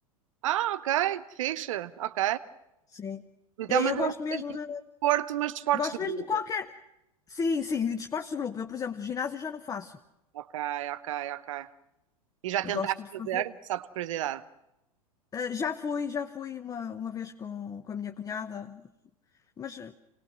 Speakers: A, on the right; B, on the left.
A: Ah, ok, fixe, ok.
B: Sim.
A: Então,
B: E-
A: mas
B: Eu gosto
A: é assim,
B: mesmo
A: desporto,
B: de,
A: mas desportos
B: gosto
A: de grupo.
B: mesmo de qualquer. Sim, sim, e de esportes de grupo. Eu, por exemplo, ginásio já não faço.
A: Ok, ok, ok. E já tentaste
B: Eu gosto de fazer.
A: fazer, só por curiosidade?
B: Eh, Já fui, já fui uma, uma vez com, com a minha cunhada, mas eh,